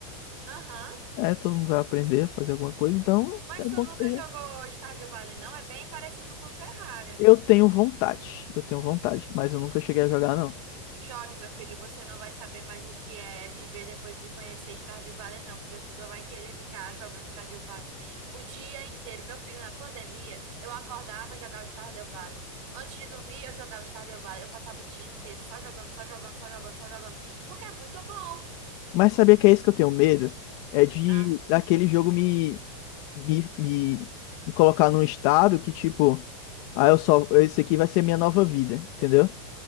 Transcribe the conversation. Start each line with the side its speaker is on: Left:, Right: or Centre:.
Right: Aham.
Left: É, todo mundo vai aprender a fazer alguma coisa, então
Right: Mas
Left: é
Right: tu
Left: bom
Right: nunca
Left: que seja.
Right: jogou Stardew Valley, não? É bem parecido com Terraria.
Left: Eu tenho vontade, eu tenho vontade, mas eu nunca cheguei a jogar, não.
Right: Jogue, meu filho, você não vai saber mais o que é viver depois de conhecer Stardew Valley, não, porque você só vai querer ficar jogando Stardew Valley o dia inteiro. Meu filho, na pandemia, eu acordava e jogava Stardew Valley. Antes de dormir, eu jogava Stardew Valley. Eu passava o dia inteiro só jogando, só jogando, só jogando, só jogando, porque é muito bom.
Left: Mas sabia que é isso que eu tenho medo? É de
Right: Ah,
Left: daquele jogo me, me, me, me colocar num estado que, tipo, ah, eu só, esse aqui vai ser minha nova vida, entendeu?